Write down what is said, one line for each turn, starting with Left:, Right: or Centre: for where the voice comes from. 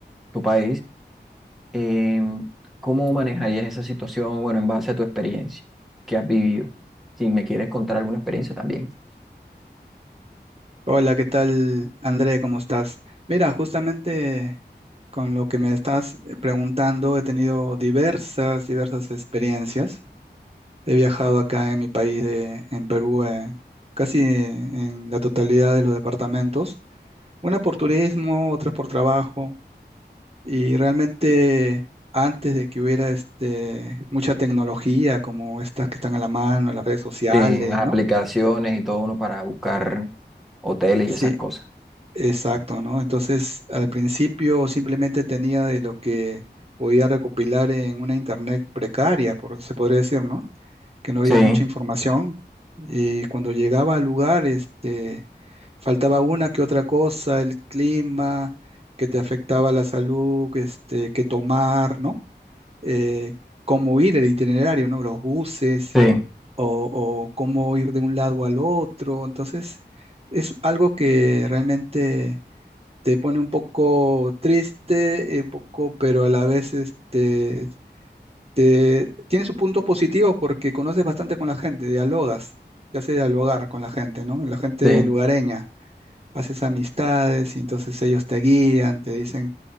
Centre: tu país, em, ¿cómo manejarías esa situación, bueno, en base a tu experiencia que has vivido? Si me quieres contar alguna experiencia también,
Right: Hola, ¿qué tal, André? ¿Cómo estás? Mira, justamente con lo que me estás eh, preguntando, he tenido diversas, diversas experiencias. He viajado acá en mi país, de, en Perú, eh, casi en la totalidad de los departamentos, una por turismo, otras por trabajo, y realmente antes de que hubiera este, mucha tecnología como estas que están a la mano, las redes sociales,
Centre: en las aplicaciones
Right: ¿no?
Centre: y todo uno para buscar hoteles
Right: Sí,
Centre: y esas cosas.
Right: Exacto, ¿no? Entonces, al principio simplemente tenía de lo que podía recopilar en una internet precaria, por, se podría decir, ¿no? Que no había
Centre: Sí.
Right: mucha información. Y cuando llegaba al lugar, este, faltaba una que otra cosa, el clima, que te afectaba la salud, este, qué tomar, ¿no? Eh, cómo ir el itinerario, ¿no? Los buses
Centre: Sí,
Right: o, o cómo ir de un lado al otro. Entonces, es algo que realmente te pone un poco triste, eh, un poco, pero a la vez este, te- tiene sus puntos positivos porque conoces bastante con la gente, dialogas, te hace dialogar con la gente, ¿no? La gente
Centre: sí.
Right: lugareña, haces amistades y entonces ellos te guían, te dicen,